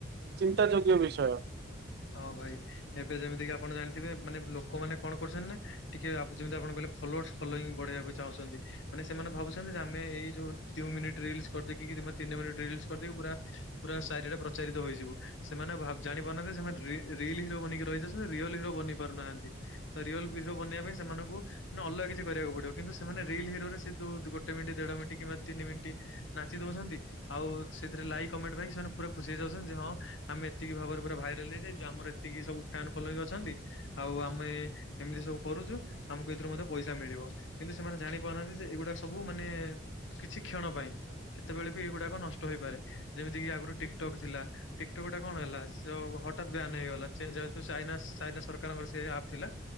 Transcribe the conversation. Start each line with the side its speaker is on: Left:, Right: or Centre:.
Right: ଚିନ୍ତା ଯୋଗ୍ୟ ବିଷୟ।
Left: ହଁ ଭାଇ ଏବେ ଯେମିତି କି ଆପଣ ଜାଣିଥିବେ ମାନେ ଲୋକ ମାନେ କଣ କରୁଛନ୍ତି ନା ଟିକେ ଯେମିତି ଆପଣ କହିଲେ ଫୋଲୋର୍ସ ଫୋଲୋଇଂ ବଢେଇବାକୁ ଚାହୁଛନ୍ତି, ମାନେ ସେମାନେ ଭାବୁଛନ୍ତି ଯେ ଆମେ ଏଇ ଯୋଉ ଦୁଇ ମିନିଟ ରିଲଶ୍ କରିଦେଇକି କି ତିନି ମିନିଟ୍ ରିଲସ୍ କରିଦେଇକି ପୁରା ପୁରା ଚାରି ଆଡ଼େ ପ୍ରଚାରିତ ହୋଇଯିବୁ, ସେମାନେ ଭା-ଜାଣି ପାରୁନାହାନ୍ତି ସେମାନେ ରିଲ ରିଲ୍ ହିରୋ ବନିକି ରହି ଯାଉଛନ୍ତି ରିଅଲ ହିରୋ ବନି ପାରୁନାହାନ୍ତି, ତ ରିଅଲ ହିରୋ ବନେଇବା ପାଇଁ ସେମାନଙ୍କୁ ଅଲଗା କିଛି କରିବାକୁ ପଡିବ, କିନ୍ତୁ ସେମାନେ ରିଲ ହିରୋରେ ସେ ଯଉ ଗୋଟେ ମିନିଟ ଦେଢ ମିନିଟ କିମ୍ବା ତିନି ମିନିଟ ନାଚି ଦଉଛନ୍ତି ଆଉ ସେଥି ଲାଇ କମଣ୍ଟମାନେ ପୁରା ଖୁସି ହେଇ ଯାଉଛନ୍ତି ହଁ ଆମେ ଏତିକି ଭାବରେ ଭାଇରାଲ ଡେଲିରେ ଯାଇଚ ଆମର ଏତିକି ସବୁ ଫିଆୟନ୍ ଫଲସ ଅଛନ୍ତି ଆଉ ଆମେ ଏମିତି ସବୁ କରୁଛୁ ଆମକୁ ଏତ ଏଥିରୁ ମଧ୍ୟ୍ୟ ପଇସା ମିଳିବ କିନ୍ତୁ ସେମାନେ ଜାଣି ପାରୁନାହାନ୍ତି ଯେ ଏଇଗୁଡା ସବୁ ମାନେ କିଛି କ୍ଷଣ ପାଇଁ। କେତେବେଳେ ବି ଏଗୁଡାକ ନଷ୍ଟ ହେଇପାରେ ଯେମିତିକ ଆଗରୁ ଟିକଟକ୍ ଥିଲା ଟିକଟକ୍ ଟା କଣ ହେଲା ହଠା ଯାଆ ମେହେଇ ଗଲା ଚେନେଜାଥୁ ଚାଇନା ଚାଇନା ସରକାରଙ୍କ ରସେ ସୋଇ ଆପେ ଥିଲା